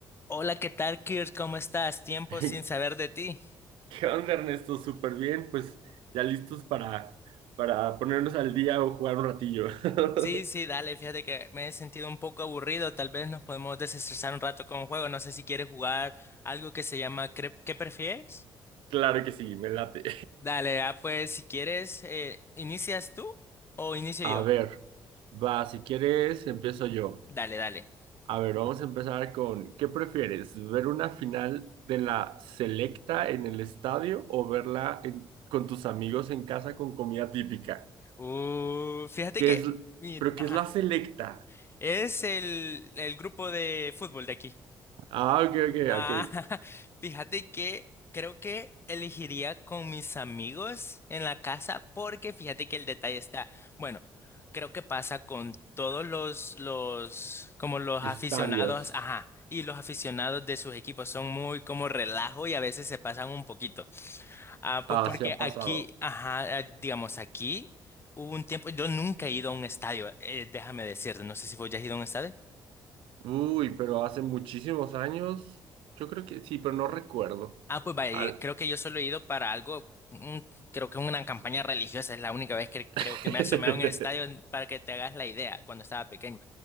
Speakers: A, on the left; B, on the right.
A: Hola, ¿qué tal, Kirk? ¿Cómo estás? Tiempo
B: <laughs> ¿Qué
A: sin saber de ti.
B: onda, Ernesto? Súper bien, pues ya listos para, para ponernos al día o jugar un ratillo. <laughs>
A: Sí, sí, dale, fíjate que me he sentido un poco aburrido. Tal vez nos podemos desestresar un rato con un juego. No sé si quieres jugar algo que se llama cre- ¿Qué prefieres?
B: Claro que sí, me late.
A: Dale, ah, pues si quieres, eh, ¿inicias tú o
B: <laughs>
A: inicio
B: A
A: yo?
B: ver, va, si quieres, empiezo yo.
A: Dale, dale.
B: A ver, vamos a empezar con, ¿qué prefieres? ¿Ver una final de la Selecta en el estadio o verla en- con tus amigos en casa con comida típica?
A: Uh, fíjate
B: ¿Qué
A: que,
B: es,
A: mi-
B: pero qué
A: ajá,
B: es la Selecta?
A: es el, el grupo de fútbol de aquí.
B: Ah, ok, ok,
A: Ah,
B: ok.
A: <laughs> fíjate que creo que elegiría con mis amigos en la casa porque fíjate que el detalle está, bueno, creo que pasa con todos los, los, como los aficionados,
B: Estadios.
A: ajá, y los aficionados de sus equipos son muy como relajo y a veces se pasan un poquito. Ah, pues
B: Ah,
A: porque
B: se ha pasado.
A: aquí, ajá, eh, digamos aquí hubo un tiempo, yo nunca he ido a un estadio, eh, déjame decirte, no sé si vos ya has ido a un estadio.
B: Uy, pero hace muchísimos años. Yo creo que sí, pero no recuerdo.
A: Ah, pues vaya,
B: Al...
A: creo que yo solo he ido para algo, mm, creo que una campaña religiosa es la única vez que creo
B: <laughs>
A: que me he asomado en el estadio para que te hagas la idea cuando estaba pequeño.